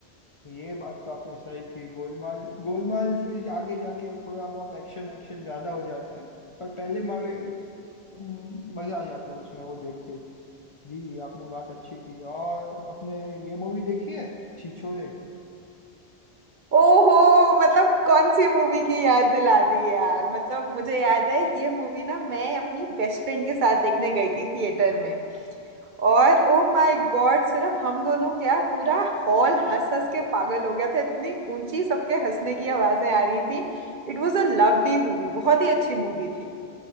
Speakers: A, on the left; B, on the right.
A: ये बात तो आपने सही की गोलमाल गोलमाल फिर आगे जाके थोड़ा बहुत एक्शन एक्शन ज्यादा हो जाता है पर पहले हम्म, मजा आ जाता है उसमें वो देख के जी जी आपने बात अच्छी की और अपने ये मूवी देखी है छिछोरे
B: ओहो मतलब कौन सी मूवी की याद दिला दी यार मतलब मुझे याद है ये मूवी ना मैं अपनी बेस्ट फ्रेंड के साथ देखने गई थी थिएटर में और ओ माय गॉड सिर्फ हम दोनों क्या पूरा हॉल हंस हंस के पागल हो गया था इतनी ऊंची सबके हंसने की आवाजें आ रही थी It was a lovely movie बहुत ही अच्छी मूवी थी